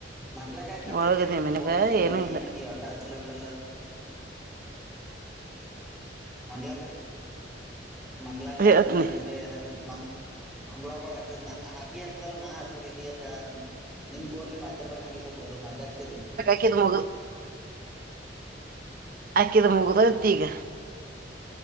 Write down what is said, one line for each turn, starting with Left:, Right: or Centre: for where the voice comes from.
Centre: ಮಂಗ್ಲಕಾಯಿ, ಹಚ್ಚತಿನ್ನಾ,
Right: ಒಳಗದಿನ ಮನ್ಯಾಗ
Centre: ಫೋನ್ ಒಂದುದು, ಸಲ,
Right: ಏನು ಇಲ್ಲ
Centre: ಏನುಕೆ ಈ, ಹಠ. <inaudible> ಮಸಲಪಡಲ್ಲ ಮಂಗ್ಲಾಕರ್ ಮಂಗಲಾಕರ್ನ
Right: ಹೇಳ್ತನಿ
Centre: ಇದ್ರಲೆ ಹದ್ ಮ ಹಂಗಲ ಹಕ ಹ ಹಾಕಿ ಹಲ್ಲ ನಾ ಹಸಬೇಕ ಳತ್ ನಿನ್ ಫೋನ್ ಮಾತಾಡ್ಬೇಕಕ್ ಹಂ ಸ್ವಲ್ಪಲ್ಪತಾಡ್
Right: ಕಿ ಇದು ಮಗು ಆಕ್ಕಿದ ಮುಗದತ್ತೀಗ